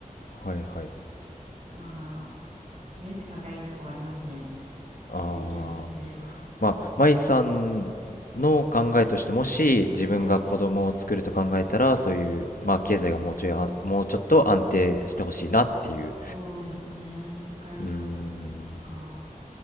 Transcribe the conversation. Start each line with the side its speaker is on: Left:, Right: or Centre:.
Left: はいはい、
Right: まあ、ねって考えるとこはありますね。
Left: あー。
Right: 一意見として。
Left: まあ、舞さんの考えとしてもし自分が子供を作ると考えたらそういう、
Right: はい。
Left: まあ、経済がもうちょいあもうちょっと安定してほしいなっていう
Right: そうですね。世界情勢と言いますか。
Left: うーん